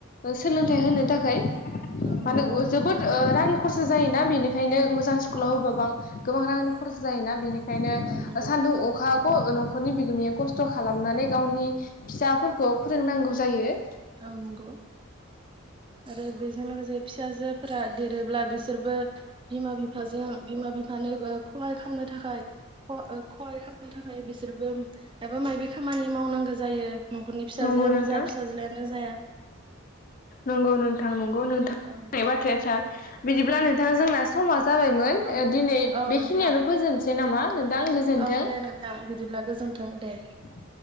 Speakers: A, on the left (about 40°); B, on the right (about 25°).
A: सोलोंथाइ होनो थाखाय
B: औ
A: माने
B: नंगौ
A: जोबोद रां खरसा जायोना बेनि खायनो मोजां स्कुल होबा बां गोबां रांनि खरसा जायोना बेनिखाय खायनो
B: औ नंगौ
A: सानदुं अखा क' न'खरनि बिगोमाया खस्थ' खालामनानै गावनि फिसाफोरखौ फोरोंनांगौ जायो ।
B: औ नंगौ आरो बेजों लोगोसे फिसाजोफोरा देरोब्ला बिसोरबो बिमा बिफाजों बिमा बिफानो ओ खहाय खामनो थाखाय ख-खहाय खामनो थाखाय बिसोरबो माबा माबि खामानि मावनांगो जायो । न'खरनि फिसाजोआ
A: नंगौ नोंथां
B: जा फिसाज्लायानो जाया।
A: नंगौ नोंथां नं गौ नोंथां बुंनाय
B: औ
A: बाथ्राया थार । बिदिब्ला नोंथाङा जोंना समा जाबायमोन
B: नंगौ
A: दिनै
B: औ
A: बेखिनियावनो
B: नोंथां
A: फोजोबनोसै नामा नोंथां गोजोन्थों
B: औ दे
A: ।
B: नोंथां बिदिब्ला गोजोन्थों दे